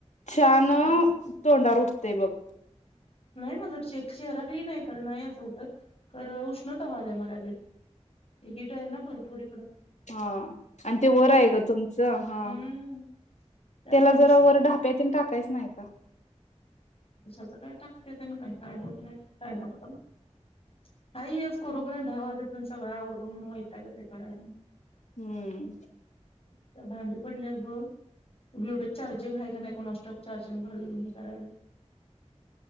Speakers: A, on the left (about 80°); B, on the left (about 55°).
A: चान
B: नाही
A: तोंडार उठतेय बघ.
B: नाही म्हणलं चे चेहरा क्लीन आहे खरं नाही असं उठत कर उष्णता वाढल्या मला ल हीट आहे ना भरपूर ईकड.
A: हा आणि ते वरं आहे ग तुमचं
B: हम्म
A: हा
B: त्यामुळेच
A: त्याला जरा वर ढाप्यातीन टाकायच नाही. का
B: कशाच काय टाकत्यात न काय काय होत नाही काय वाट का करूपर्यंत दहा वाजे पर्यंत सगळं आवरून वैता ग ते करायला.
A: हू
B: आता भांडी पडल्यात बघ ब्लूटूथ चार्जिंग हाय का नाय कुणास ठाऊक चार्जिंग घालून हे करायला